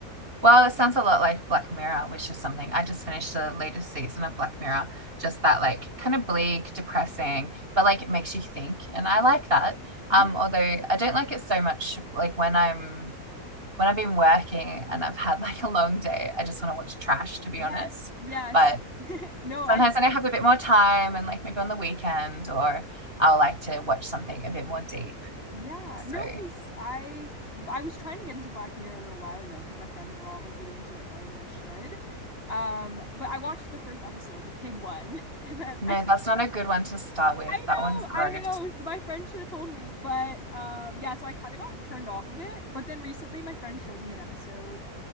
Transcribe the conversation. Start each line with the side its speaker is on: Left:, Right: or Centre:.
Right: Well, it sounds a lot like Black Mirror, which is something I just finished the latest season of Black Mirror. Just that, like, kind of bleak, depressing,
Left: <laughs>
Right: but like it makes you think, and I like that.
Left: Yeah.
Right: Um, although I don't like it so much, like when I'm when I've been working and I've had like a long day, I just want to watch trash, to be
Left: Yes.
Right: honest.
Left: Yes.
Right: But
Left: <laughs> No, I
Right: sometimes when I have a bit more time, and like maybe on the weekend, or I'll like to watch something a bit more deep.
Left: Yeah,
Right: So
Left: no, because I I was trying to get into Black Mirror a little while ago because my friends were all like really into it, telling me I should. Um, but I watched the first episode, the pig one, <laughs> and then
Right: no,
Left: I kind
Right: that's not
Left: of,
Right: a good one to start with.
Left: I
Right: That
Left: know,
Right: one's gross.
Left: I know, my friend should have told me, but um, yeah, so I kind of got turned off of it. But then recently, my friend showed me an episode